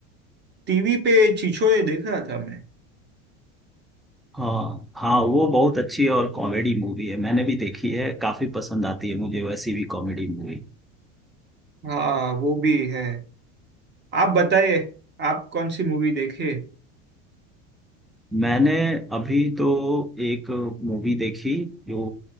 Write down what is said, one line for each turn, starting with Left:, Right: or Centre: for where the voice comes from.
Right: टीवी पे छिछोरे देखा था मैं
Centre: हाँ हाँ वो बहुत अच्छी और कॉमेडी मूवी है मैंने भी देखी है काफी पसंद आती है मुझे वैसी भी कॉमेडी मूवी
Right: हाँ वो भी है आप बताइए आप कौन सी मूवी देखे
Centre: मैंने अभी तो एक मूवी देखी जो